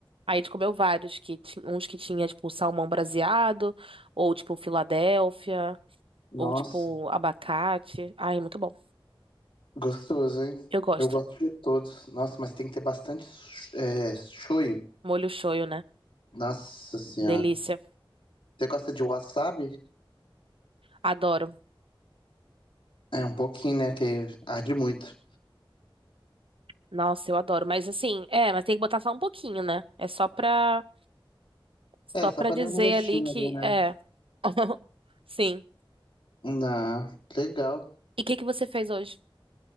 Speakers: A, on the right; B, on the left.
A: Aí a gente comeu vários que ti- uns que tinha tipo salmão braseado ou tipo Filadélfia
B: nossa.
A: ou tipo abacate. Ai, muito bom.
B: Gostoso, hein?
A: Eu gosto.
B: Eu gosto de todos. Nossa, mas tem que ter bastante é, shoyu.
A: Molho shoyu, né?
B: Nossa senhora.
A: Delícia.
B: Você gosta de wasabi?
A: Adoro.
B: É um pouquinho, né? Que arde muito.
A: Nossa, eu adoro. Mas assim, é, mas tem que botar só um pouquinho, né? É só pra Só
B: É, só
A: pra
B: pra
A: dizer
B: dar um gostinho
A: ali que
B: ali, né?
A: é. <laughs> Sim.
B: Dá. Legal.
A: E o que que você fez hoje?